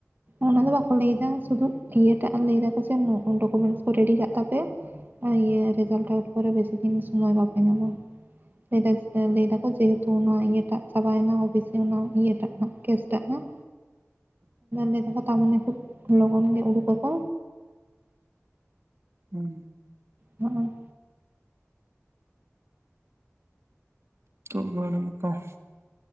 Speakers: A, on the right; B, on the right.
A: ᱚᱱᱟ ᱫᱚ ᱵᱟᱠᱚ ᱞᱟᱹᱭ ᱫᱟ ᱥᱩᱫᱩ ᱤᱭᱟᱹᱴᱟᱜ ᱞᱟᱹᱭ ᱫᱟᱠᱚ ᱡᱮ ᱰᱚᱠᱚᱢᱮᱱᱴᱥ ᱠᱚ ᱨᱮᱰᱤ ᱠᱟᱜ ᱛᱟᱯᱮ ᱤᱭᱟᱹ ᱨᱡᱟᱞᱴ ᱟᱣᱩᱴ ᱛ ᱯᱳᱨᱮ ᱵᱮᱥᱤ ᱫᱤᱱ ᱥᱚᱢᱚᱭ ᱵᱟᱯᱮ ᱧᱟᱢᱟ ᱞᱟᱹᱭ ᱞᱟᱹᱭ ᱫᱟᱠᱚ ᱡᱮᱦᱮᱛᱩ ᱚᱱᱟ ᱤᱭᱟᱹᱴᱟᱜ ᱪᱟᱵᱟᱭᱮᱱᱟ ᱳᱵᱮᱥᱤ ᱚᱱᱟ ᱤᱭᱟᱹᱴᱟᱜ ᱦᱚᱸ ᱠᱮᱥᱴᱟᱜ ᱦᱚᱸ
B: <unintelligible>
A: ᱞᱟᱹᱭ ᱫᱟᱠᱚ ᱛᱟᱨᱢᱟᱱᱮ ᱠᱷᱩᱵ ᱞᱚᱜᱚᱱ ᱜᱮ ᱩᱰᱩᱠ ᱟ ᱠᱚ
B: ᱦᱩᱸ
A: ᱦᱩ
B: <unintelligible>